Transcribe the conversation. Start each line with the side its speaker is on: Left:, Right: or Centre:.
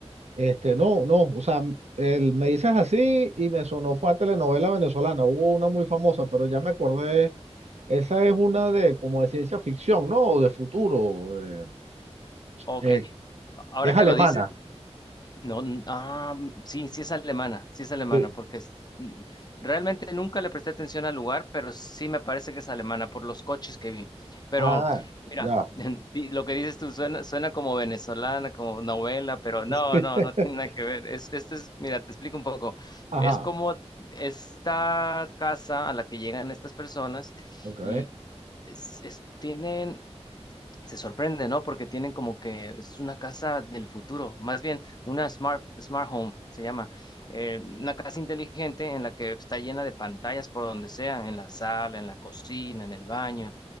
Right: Este, no, no, o sea, el, me dices así y me sonó fue a telenovela venezolana. Hubo una muy famosa, pero ya me acordé. Esa es una de como de ciencia ficción, ¿no? O de futuro. de-
Left: Ok,
Right: eh,
Left: ahora
Right: es
Left: que
Right: alemana.
Left: lo dices, No, n- ah, mm, sí, sí es alemana, sí es alemana,
Right: Sí.
Left: porque es- n- realmente nunca le presté atención al lugar, pero sí me parece que es alemana por los coches que vi. Pero
Right: Ah,
Left: mira,
Right: ya.
Left: <laughs> di- lo que dices tú suena, suena como venezolana, como novela, pero no,
Right: <laughs>
Left: no, no tiene nada que ver. Es, este es, mira, te explico un poco.
Right: Ajá.
Left: Es como esta casa a la que llegan estas personas
Right: Ok,
Left: y es- es- tienen se sorprende, ¿no? Porque tienen como que es una casa del futuro, más bien una smart, smart home, se llama, eh, una casa inteligente en la que está llena de pantallas por donde sea, en la sala, en la cocina, en el baño,